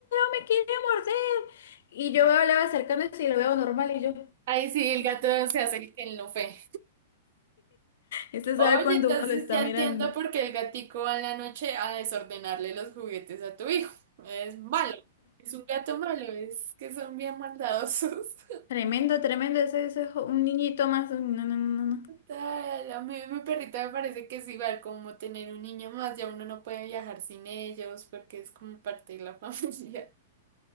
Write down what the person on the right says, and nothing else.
Ay, sí, el gato se hace el que él no fue.
Oye,
entonces
ya
entiendo por qué el gatico va en la noche a desordenarle los juguetes a tu hijo. Es malo. Es un gato malo, es que son bien maldadosos. <laughs>
Tal, A mí mi perrita me parece que es igual como tener un niño más, ya uno no puede viajar sin ellos porque es como parte de la <laughs> familia.